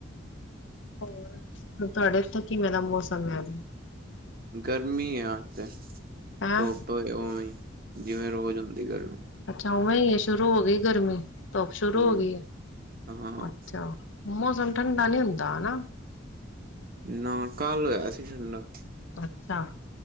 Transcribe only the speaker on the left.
ਹੋ ਤੁਹਾਡੇ ੳਥੇ ਕਿਵੇਂ ਦਾ ਮੌਸਮ ਹੈ
ਹੈਂ
ਅੱਛਾ ਉਵੇਂ ਹੈ ਸ਼ੁਰੂ ਹੋ ਗਈ, ਗਰਮੀ ਧੁਪ ਸ਼ੁਰੂ
ਹੋ ਗਈ ਹੈ
ਅੱਛਾ ਮੌਸਮ ਠੰਡਾ ਨੀ ਹੁੰਦਾ ਹਨਾ
ਅੱਛਾ-